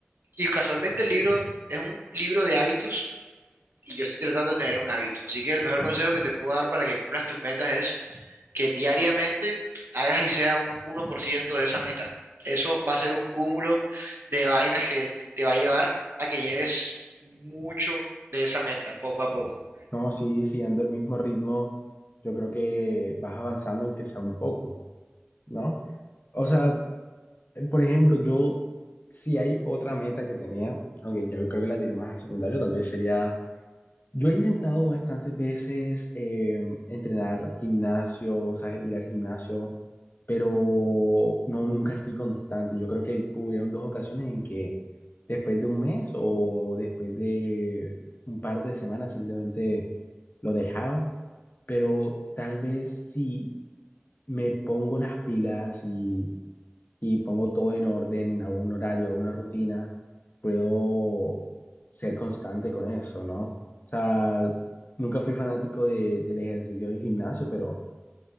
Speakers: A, on the right (about 60°); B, on the left (about 45°).
A: y casualmente el libro es un libro de hábitos y yo estoy tratando de tener un hábito. Así que el mejor consejo que te puedo dar para que cumplas tus metas es que diariamente hagas y sea un uno por ciento de esa meta. Eso va a ser un cúmulo de vainas que te va a llevar a que lleves mucho de esa meta, poco a poco.
B: no, sí, siguiendo el mismo ritmo, yo creo que vas avanzando aunque sea un poco, ¿no? O sea, por ejemplo, yo, si hay otra meta que tenía, aunque yo creo que la tiré más a secundario, tal vez sería Yo he intentado bastantes veces eh, entrenar gimnasio, o sea, ir al gimnasio, pero no, nunca fui constante. Yo creo que hubieron dos ocasiones en que después de un mes o después de un par de semanas simplemente lo dejaba, pero tal vez si me pongo las pilas y y pongo todo en orden, hago un horario, hago una rutina, puedo ser constante con eso, ¿no? O sea, nunca fui fanático de, del ejercicio de gimnasio, pero